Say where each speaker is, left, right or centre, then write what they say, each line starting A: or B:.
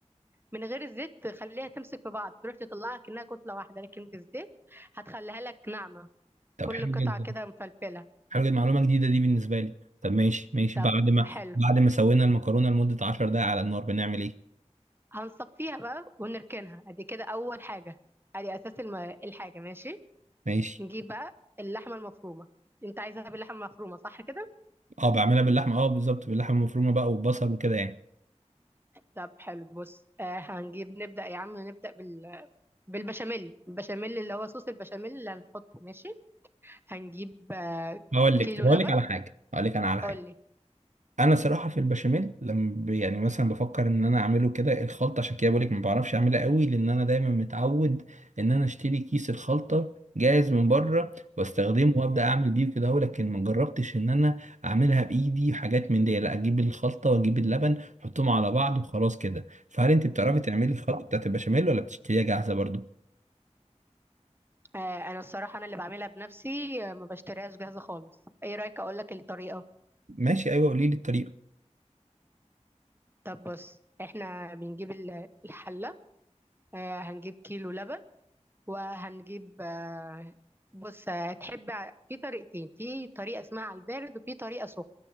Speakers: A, on the right; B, on the right.
A: من غير الزيت تخليها تمسك في بعض تروح تطلعها كأنها كتلة واحدة لكن بالزيت هتخليها لك ناعمة
B: طب
A: كل
B: حلو
A: قطعة
B: جدا
A: كده مفلفلة
B: حاجه معلومه جديده دي بالنسبه لي طب ماشي ماشي
A: طب
B: بعد ما
A: حلو
B: بعد ما سوينا المكرونه لمده 10 دقائق على النار بنعمل ايه
A: هنصفيها بقى ونركنها ادي كده اول حاجه ادي اساس الم... الحاجه ماشي
B: ماشي
A: نجيب بقى اللحمه المفرومه انت عايزها باللحمه المفرومه صح كده
B: اه بعملها باللحمه اه بالظبط باللحمه المفرومه بقى والبصل وكده يعني
A: طب حلو بص آه هنجيب نبدا يا عم نبدا بال... بالبشاميل البشاميل اللي هو صوص البشاميل اللي هنحطه ماشي هنجيب آه
B: هقول لك
A: كيلو
B: طب اقول
A: لبن
B: لك على حاجه هقول لك انا على
A: قول
B: حاجه
A: لي
B: انا صراحه في البشاميل لما ب- يعني مثلا بفكر ان انا اعمله كده الخلطه عشان كده بقولك ما بعرفش اعملها قوي لان انا دايما متعود ان انا اشتري كيس الخلطه جاهز من بره واستخدمه وابدا اعمل بيه كده أهو، لكن ما جربتش ان انا اعملها بايدي حاجات من دي لا اجيب الخلطه واجيب اللبن احطهم على بعض وخلاص كده فهل انت بتعرفي تعملي الخلطه بتاعت البشاميل ولا بتشتريها جاهزه برضو
A: آه انا الصراحه انا اللي بعملها بنفسي آه ما بشتريهاش جاهزه خالص ايه رايك اقول لك الطريقه
B: ماشي ايوه قولي لي الطريقه
A: طب بص احنا بنجيب ال- الحله آه هنجيب كيلو لبن وهنجيب آه، بص آه، تحب ع- في طريقتين في طريقة اسمها على البارد وفي طريقة سخن